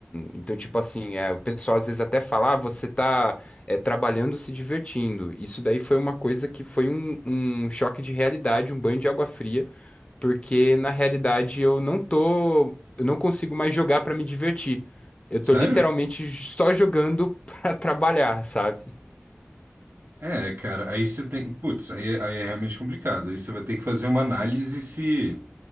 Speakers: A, on the left; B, on the right.
A: então tipo assim, eh, o pessoal às vezes até fala, ah, você tá é, trabalhando, se divertindo. Isso daí foi uma coisa que foi um, um choque de realidade, um banho de água fria, porque na realidade eu não tô, eu não consigo mais jogar para me divertir. Eu tô
B: Sério?
A: literalmente só jogando <laughs> para trabalhar, sabe?
B: É, cara, aí você tem, putz, aí, é- aí é realmente complicado. Aí você vai ter que fazer uma análise se,